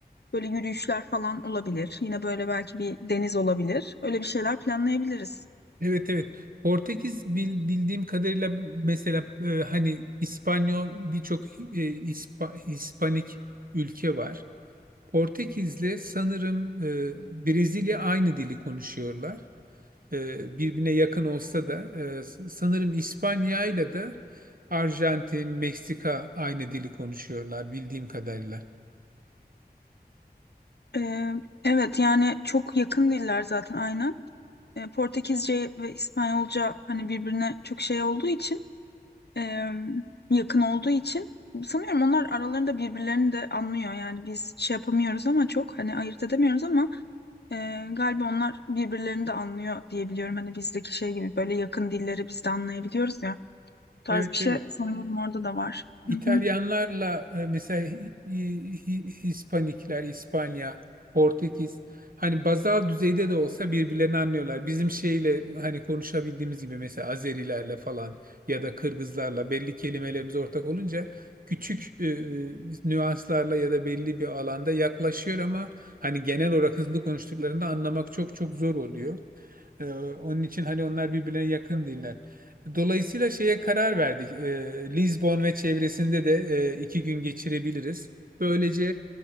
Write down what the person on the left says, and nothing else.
böyle yürüyüşler falan olabilir. Yine böyle belki bir deniz olabilir. Öyle bir şeyler planlayabiliriz.
E, evet yani çok yakın diller zaten aynen. E, Portekizce ve İspanyolca hani birbirine çok şey olduğu için e, yakın olduğu için sanıyorum onlar aralarında birbirlerini de anlıyor. Yani biz şey yapamıyoruz ama çok hani ayırt edemiyoruz ama e, galiba onlar birbirlerini de anlıyor diyebiliyorum. Hani bizdeki şey gibi böyle yakın dilleri biz de anlayabiliyoruz ya. Bu tarz
bir şey
sanıyorum orada da var.
Hı hı.